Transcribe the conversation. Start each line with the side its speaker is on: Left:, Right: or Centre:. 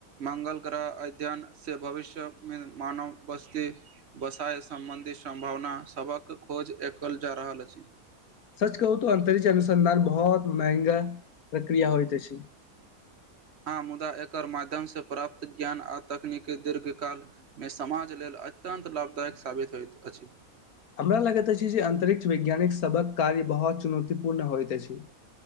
Right: मङंगल ग्रह अध्ययन से भविष्यमें मानव बस्ती बसाय सम्बन्धी सम्भावना सभक खोज एकल जा रहल अछि
Left: सच कहू त अंतरिछ अनुसन्धान बहुत महंगा प्रक्रिया होइत अछि
Right: हँ मुदा एकर माध्यम से प्राप्त ज्ञान आ तकनीकी दीर्घकाल में समाज लेल अत्यन्त लाभदायक साबित होइत अछि
Left: हमरा लगैत अछि जे अंतरिक्ष वैज्ञानिक सबक कार्य बहुत चुनौतीपूर्ण होइत अछि